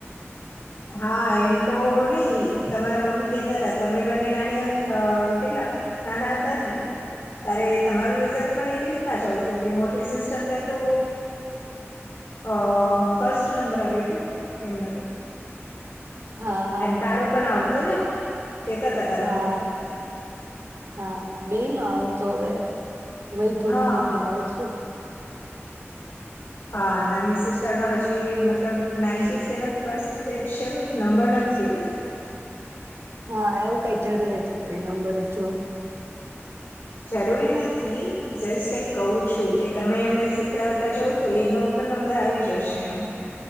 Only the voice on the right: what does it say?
હા હા
હા
હા બેનો આવ તો હવે વૈભવ
એ નથી આવશે.
હા એવું કઈ જરૂરી થોડી નંબરે <unintelligible>